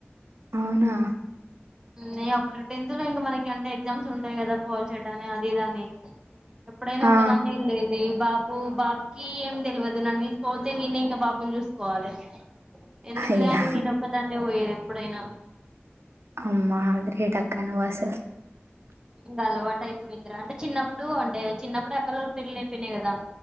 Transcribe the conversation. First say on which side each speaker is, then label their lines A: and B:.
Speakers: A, on the right; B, on the right.
A: అవునా
B: మ్ అప్పుడు టెన్త్ లో ఇంకా మనకి అంటే ఎగ్జామ్స్ ఉంటాయి కదా ఫాలి సెట్ అని అది ఇది అని ఎప్పుడైనా
A: ఆ
B: ఒకదాన్నే లేదు ఏ బాబు బాబుకి ఏం తెలవదు. నన్ను విసిపోతే నేనే ఇంకా బాబు ని చూసుకోవాలి. ఎందుకులే
A: అయ్యా
B: అని నేనొక్కదాన్నే పోయేది ఎప్పుడైనా.
A: అమ్మా అ గ్రేట్ అక్కా నువసలు.
B: ఇంకా అలవాటు అయిపోయిందరా. అంటే చిన్నప్పుడు అంటే చిన్నప్పుడు అక్కా వాళ్ళు పెళ్లిళ్లు అయిపోయినాయి కదా